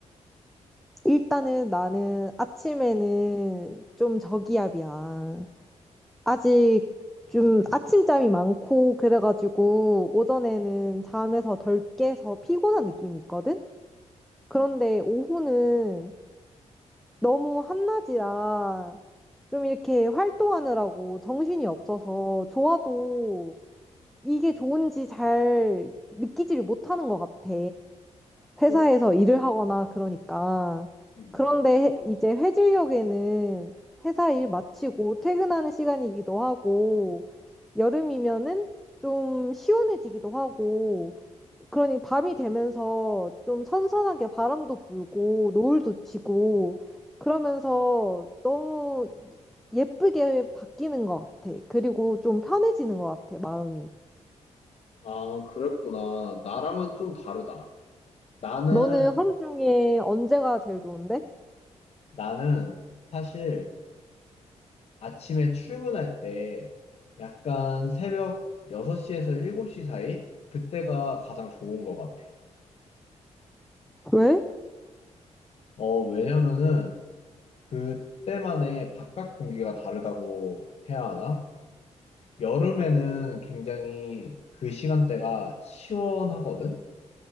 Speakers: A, in the centre; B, on the left (about 55°).
A: 일단은 나는 아침에는 좀 저기압이야. 아직 좀 아침잠이 많고 그래가지고 오전에는 잠에서 덜 깨서 피곤한 느낌이 있거든? 그런데
B: 음,
A: 오후는 너무 한낮이라 좀 이렇게 활동하느라고 정신이 없어서 좋아도 이게 좋은지 잘 느끼지를 못하는 것 같아. 회사에서
B: 그렇-
A: 일을 하거나 그러니까.
B: 음,
A: 그런데
B: 음.
A: 이제 회질력에는 회사 일 마치고 퇴근하는 시간이기도 하고, 여름이면은 좀 시원해지기도 하고, 그러니 밤이 되면서 좀 선선하게 바람도 불고, 노을도 지고, 그러면서 너무 예쁘게 바뀌는 것 같아. 그리고 좀 편해지는 것 같아, 마음이.
B: 아, 그랬구나. 나랑은 좀 다르다. 나는,
A: 너는 하루 중에 언제가 제일 좋은데?
B: 나는 사실 아침에 출근할 때 약간 새벽 6시에서 7시 사이? 그때가 가장 좋은 것 같아.
A: 왜?
B: 어, 왜냐면은 그때만의 바깥 공기가 다르다고 해야 하나? 여름에는 굉장히 그 시간대가 시원하거든?